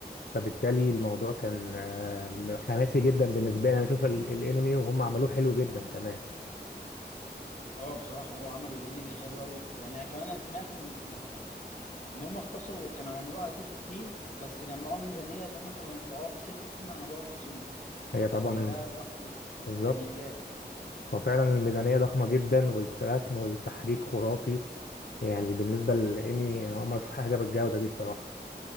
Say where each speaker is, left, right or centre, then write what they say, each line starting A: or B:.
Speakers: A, on the left; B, on the left.
A: فبالتالي الموضوع كان آه، حماسي جدا بالنسبه لي انا اشوف ال- الانمي وهم عملوه حلو جدا كمان
B: اه بصراحه هو عملوا الانمي حلو قوي يعني انا كمان انا سمعت ان ان هم اختصروا كانوا يعملوها على ست سنين بس جمعوا الميزانيه اللي هم كانوا يدفعوها في ست سنين عملوها في موسمين
A: هي طبعا
B: فده
A: مم.
B: لوحده
A: بالظبط
B: كان انجاز
A: هو فعلا الميزانية ضخمة جدا والرسم والتحريك خرافي يعني بالنسبة للانمي انا اول مرة اشوف حاجة بالجودة دي بصراحة